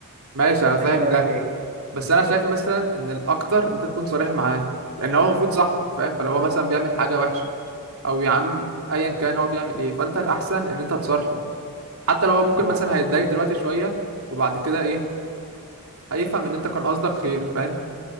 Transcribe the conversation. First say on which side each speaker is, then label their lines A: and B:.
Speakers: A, on the right; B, on the right.
A: ماشي انا فاهم
B: انت رايك
A: ده
B: ايه
A: بس انا شايف مثلا ان الاكتر انت تكون صريح معاه لان هو المفروض صاحبك فاهم فلو هو مثلا بيعمل حاجه وحشه او يا عم ايا كان هو بيعمل ايه فانت الاحسن ان انت تصارحه حتى لو هو ممكن
B: ما
A: مثلا هيتضايق دلوقتي شويه وبعد كده ايه هيفهم ان انت كان قصدك خير فاهم